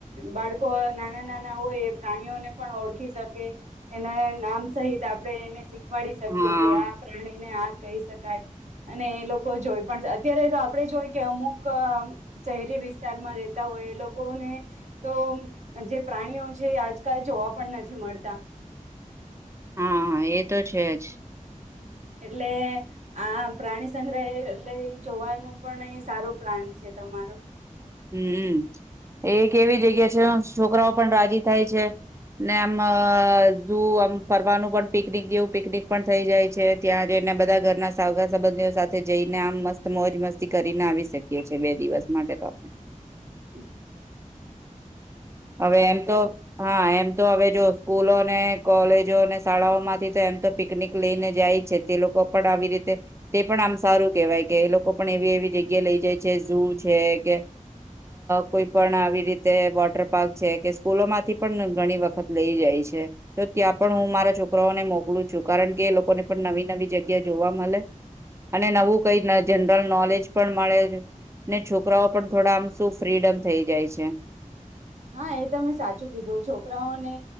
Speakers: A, on the right; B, on the right.
A: બાળકો નાના નાના હોય એ પ્રાણીઓને પણ ઓળખી શકે એના નામ સહિત આપણે એને શ શીખવાડી શકીએ
B: હા
A: કે આ પ્રાણી ને આ કહી શકાય અને એ લોકો જોય પણ અત્યારે, આપડે જોય કે અમુક શહેરી વિસ્ત વિસ્તારમાં રેતા હોય એ લોકોને તો જે પ્રાણીઓ છે આજકાલ જોવા પણ નથી મળતા
B: હા, હા, એ તો છે જ
A: એટલે આ પ્રાણી સંગ્રહલય જોવાનું પણ અહી સારો પ્લાન છે તમારો
B: હમ, એ કેવી જગ્યા <unintelligible> છોકરાઓ પણ રાજી થાય છે, ને આમ જ આમ ફરવાનું પણ પિકનિક જેવું પિકનિક પણ થઈ જાય છે, ત્યાં જઈને બધા ઘરના સાગા સંબંધીઓ સાથે જઈને આમ મસ્ત મોજ મસ્તી કરીને આવી શકીએ છીએ બે દિવસ માંડે તો આપને <unintelligible>
A: હમ
B: હવે એમ તો હા એમ તો હવે જો સ્કૂલોને કોલેજો અને શાળાઓ માંથી તો એમ તો પિકનિક લઈને જાય છે તે લોકો પણ આવી રીતે તે પણ આમ સારું કેવાય કે એ લોકો પણ એવી એવી જગ્યા લઈ જાય છે ઝૂ છે કે કોઈ પણ આવી રીતે વોટર કે સ્કૂલો માંથી પણ ઘણી વખત લઈ જાય છે તો ત્યાં પણ હું મારા છોકરાઓને મોકલું છું કારણ કે એ લોકોને પણ નવી નવી જગ્યા જોવા મળે અને નવું કઈ જનરલ નોલેજ પણ મળે ને છોકરાઓ પણ થોડા આમ શું ફ્રીડમ થઈ જાય છે
A: હા, એ ત મેમે સાચું કીધું છોકરાઓને